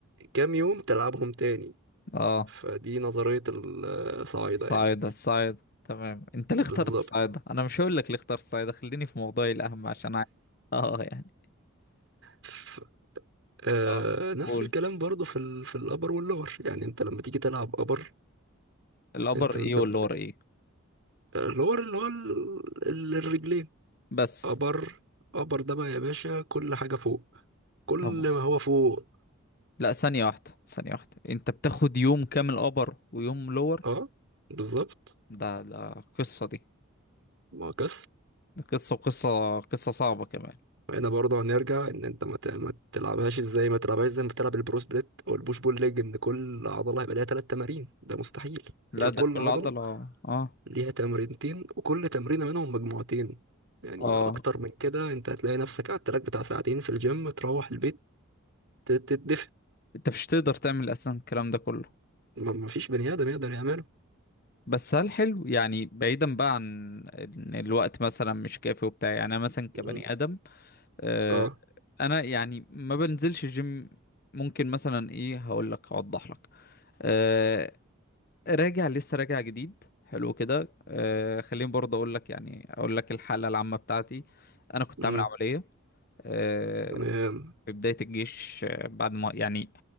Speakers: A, on the right; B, on the left.
A: كام يوم تلعبهم تاني
B: اه
A: فدي نظرية الصعايدة
B: صاعدة
A: يعني
B: صاعدة تمام انت
A: بالظبط
B: ليه اخترت صاعدة انا مش هقول لك ليه اخترت صاعدة خليني في موضوعي الاهم عشان عاي- اه يعني
A: ف... آه
B: اه
A: نفس
B: قول
A: الكلام برضو في ال... في الابر واللور يعني انت لما تيجي تلعب ابر
B: الابر
A: انت
B: ايه
A: انت
B: واللور
A: ب...
B: ايه
A: اللور اللي هو ال... ال- الرجلين
B: بس
A: ابر ابر ده بقى يا باشا كل حاجة فوق كل
B: طب
A: ما هو فوق
B: لا ثانية واحدة ثانية واحدة انت بتاخد يوم كامل ابر ويوم لور
A: اه بالظبط
B: ده ده قصة دي
A: ما قص
B: ده قصة وقصة قصة صعبة كمان
A: هنا برضه هنرجع ان انت ما ت- ما تلعبهاش ازاي ما تلعبهاش زي ما بتلعب البرو سبليت او البوش بول ليج ان كل عضله هيبقى ليها ثلاث تمارين ده مستحيل
B: لا
A: هي
B: يا
A: كل
B: ده كل
A: عضله
B: خبر عضلة اه
A: ليها تمرينتين وكل تمرينه منهم مجموعتين يعني
B: اه
A: اكتر من كده انت هتلاقي نفسك على التراك بتاع ساعتين في الجيم تروح البيت ت- تتدفى
B: انت مش تقدر تعمل اساسا الكلام ده كله
A: ما ما فيش بني ادم يقدر يعمله
B: بس هل حلو يعني بعيدا بقى عن ان الوقت مثلا مش كافي وبتاع يعني انا مثلا كبني
A: مم.
B: ادم آه
A: اه
B: انا يعني ما بنزلش الجيم ممكن مثلا ايه هقول لك اوضح لك آه، راجع لسه راجع جديد حلو كده آه خليني برضه اقول لك يعني اقول لك الحاله العامه بتاعتي انا كنت
A: امم
B: عامل عمليه آه
A: تمام
B: في بدايه الجيش آه، بعد ما يعني